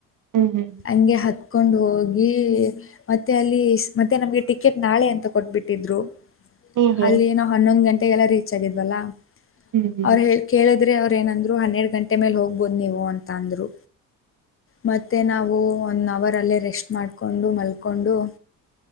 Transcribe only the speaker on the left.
ಹಂಗೆ ಹತ್ಕೊಂಡ್ ಹೋಗಿ ಮತ್ತೆ ಅಲ್ಲಿ ಮತ್ತೆ ನಮ್ಗೆ ಟಿಕೆಟ್ ನಾಳೆ ಅಂತ ಕೊಟ್ಟಟ್ಬಿಟ್ಟಿದ್ರು
ಅಲ್ಲಿಏ ನ ಹನ್ನೊಂದು ಗಂಟೆಗೆಲ್ಲೀ ಹೆಚ್ಚಾಗಿದ್ವಲ್ಲ
ಅವ್ರ ಹೇಳ ಕೇಳಿದ್ರೆ ಅವ್ರ ಏನಂದ್ರು ಹನ್ನೆರಡು ಗಂಟೆ ಮೇಲೆ ಹೋಗ್ಬೋದು ನೀವು ಅಂತ ಅಂದ್ರು ಮತ್ತು ನಾವು ಒನ್ ಅವರಲ್ಲೇ ರೆಸ್ಟ್ ಮಾಡಿಕೊಂಡು ಮಲ್ಕೊಂಡು